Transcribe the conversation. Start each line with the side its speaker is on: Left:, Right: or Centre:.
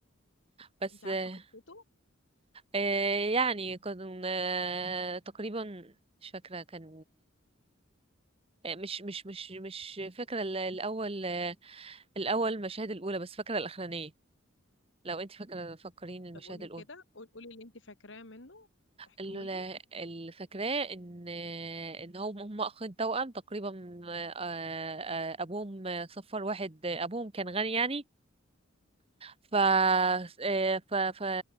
Right: بس
Left: انت عارفه
Right: آه،
Left: قصته
Right: آه، يعني كنا آه، تقريبا مش فاكره كان آه، مش مش مش مش فاكرة ال- الأول آه، الأول المشاهد الأولى بس فاكرة الأخرانية لو انت فاكرة فكرين المشاهد
Left: طب قولي
Right: الأولى
Left: كده قول- قولي اللي انت فاكراه منه احكيهولي
Right: ال- اللي فاكراه ان ان هم هم اخين توأم تقريبا آه، آه، ابوهم صفر واحد ابوهم كان غني يعني ف آه، ف ف